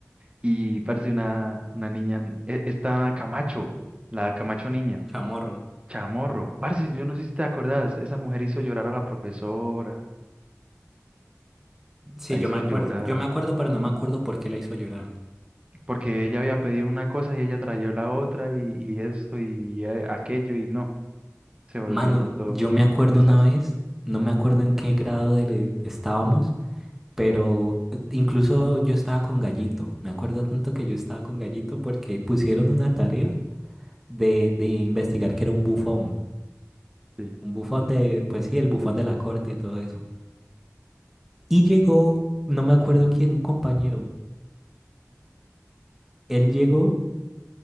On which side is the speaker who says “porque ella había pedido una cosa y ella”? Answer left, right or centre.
Right